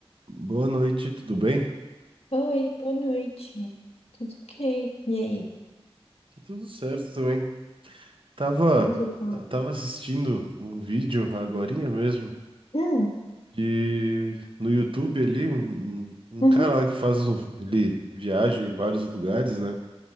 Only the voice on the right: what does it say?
Boa noite, tudo bem?
Que tudo certo também. Tava,
tava assistindo um vídeo agorinha mesmo,
de no YouTube ali, um, um
um cara lá que faz um, ele viaja em vários lugares, né?